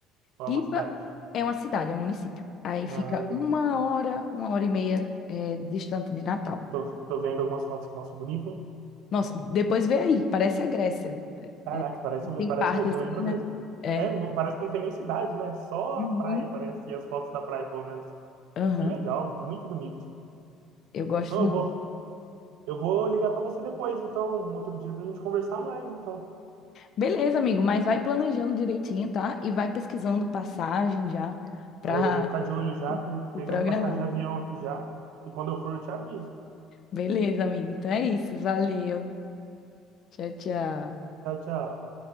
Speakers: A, on the right (about 75°); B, on the left (about 35°).
A: ou
B: Pipa
A: é uma cidade?
B: é uma cidade, é um município. Aí fica
A: Ah, legal.
B: uma hora, uma hora e meia eh, distante de Natal.
A: Tô, tô vendo algumas fotos que nossa, bonito, hein?
B: Nossa, depois vê aí, parece a Grécia.
A: Caraca,
B: É, é,
A: parece,
B: tem
A: parece
B: parte
A: mesmo,
B: assim,
A: lembra
B: né?
A: mesmo.
B: É.
A: É, não- parece que não tem nem cidade, né? Só
B: Uhum.
A: a praia, parece, e as fotos da praia, pelo menos.
B: Aham.
A: Que legal, muito bonito.
B: Eu gosto
A: Não,
B: muito.
A: eu vou, eu vou ligar pra você depois, então, um outro dia pra gente conversar mais, então.
B: Beleza, amigo, mas vai planejando direitinho, tá? E vai pesquisando passagem já para
A: É, eu já vou ficar de olho já, pe-
B: se
A: pegando
B: programar.
A: passagem de avião aqui já. E quando eu for, eu te aviso.
B: Beleza, amigo. Então é isso. Valeu. Tchau, tchau.
A: Tchau, tchau.